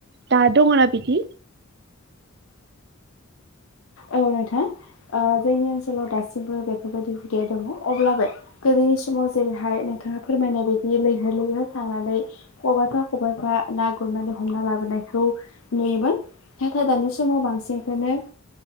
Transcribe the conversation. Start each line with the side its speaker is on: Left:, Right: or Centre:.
Right: दा दङना बिदि
Left: औ नोंथां ओ जोंनि ओनसोलाव दासिमबो बेफोरबायदि हुदाया दङ अब्लाबो गोदोनि समाव जेरैहाय नोंथाङा फोरमायनाय बायदि लैहोर लैहोर थांनानै खबाइफा खबाइफा ना गुरनानै हमना लाबोनाय- खौ नुयोमोन नाथाय दानि समाव बांसिनखौनो